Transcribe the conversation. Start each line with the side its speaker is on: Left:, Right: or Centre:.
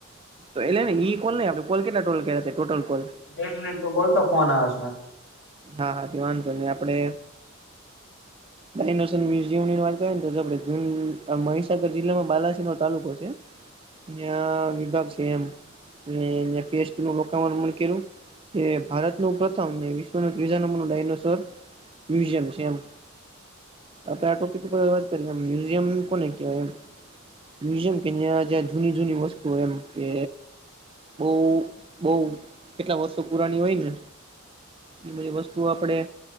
Right: તો એ લે ની એટલે ઈ કોલ નઈ આપડ કોલ કેટલા ટોટલ ટોટલ કોલ
Left: એક મિનિટ તો બોલતો ફોન આવે જે ને
Right: હા હા તે વાંધો નહી આપડે
Left: <inaudible>
Right: ડાયસ મ્યુઝિયમ ની વાતને તો મહીસાગર જિલ્લામાં બાલાસી નો તાલુકો છે જાયા વિભાગ છે એમ ને ત્યાં <unintelligible> નુ રોકાવાનું મને કીધું એ ભારત નું પ્રથમ ને વી પણ ત્રીજા નંબર નુ ડાયનોસોર મ્યુઝિયમ છે એમ અત્યારે આ ટોપિક પર વાત કરીએ મ્યુઝિયમ કોને કેવાઈ મ્યુઝિયમ કે જ્યાં જ્યાં જૂની જૂની વસ્તુ એમ કે બોહ બોહ કેટલા વર્ષો પુરાની હોય ને એ બધી વસ્તુઓ આપડે